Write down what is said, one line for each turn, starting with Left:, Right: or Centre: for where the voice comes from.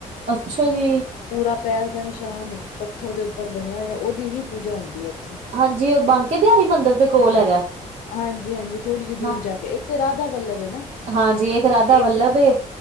Right: ਅੱਛਾ ਜੀ!
Left: ਪੂਰਾ ਪੈਰ ਦਾ ਨਿਸ਼ਾਨ, ਪੱਥਰ ਦੇ ਉੱਪਰ ਬਣਿਆ ਹੋਇਆ, ਉਹਦੀ ਹੀ ਪੂਜਾ ਹੁੰਦੀ ਹੈ ਉੱਥੇ।
Right: ਹਾਂਜੀ ਉਹ, ਬਾਂਕੇ ਬਿਹਾਰੀ ਮੰਦਿਰ ਦੇ ਕੋਲ ਹੈਗਾ?
Left: ਹਾਂਜੀ ਹਾਂਜੀ ਥੋੜ੍ਹੀ ਜੀ
Right: ਹਾਂ
Left: ਦੂਰ ਜਾ ਕੇ, ਇੱਕ ਤਾਂ ਰਾਧਾ ਵਾਲਾ ਵੇ ਨਾ,
Right: ਹਾਂਜੀ ਰਾਧਾ
Left: ਇੱਕ
Right: ਵੱਲਭ ਏ